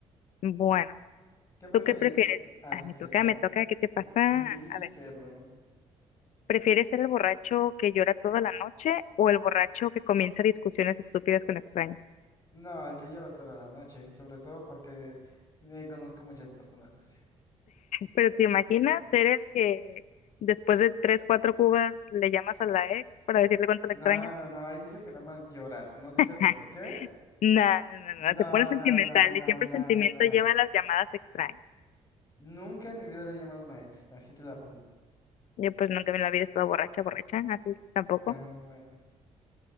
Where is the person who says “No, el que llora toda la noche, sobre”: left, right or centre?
Left